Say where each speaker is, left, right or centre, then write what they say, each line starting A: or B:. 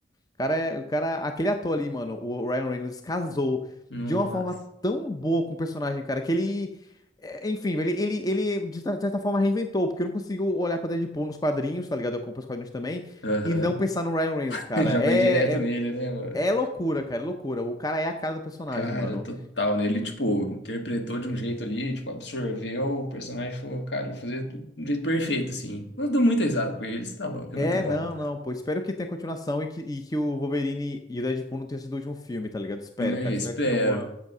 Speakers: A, on the left; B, on the left.
A: O cara, é- o cara, aquele ator ali, mano, o Ryan Reynolds casou
B: Nossa.
A: de uma forma tão boa com o personagem, cara, que ele, é, enfim, ele, ele, ele de cer- certa forma reinventou, porque eu não consigo olhar pra Deadpool nos quadrinhos, tá ligado? Eu compro os quadrinhos também
B: Aham.
A: e não pensar no Ryan Reynolds,
B: <laughs>
A: cara.
B: Já vai
A: É,
B: direto
A: é,
B: nele, né, mano?
A: é loucura, cara, é loucura. O cara é a cara do personagem,
B: Cara,
A: mano.
B: total, né? Ele, tipo, interpretou de um jeito ali, tipo, absorveu o personagem e falou, cara, vou fazer do do jeito perfeito, assim. Eu dou muita risada com ele, você tá louco, é
A: É,
B: muito bom.
A: não, não, pô. Espero que tenha continuação e que, e que o Wolverine e o Deadpool não tenham sido o último filme, tá ligado? Espero,
B: É,
A: cara.
B: espero.
A: Espero que tenha uma.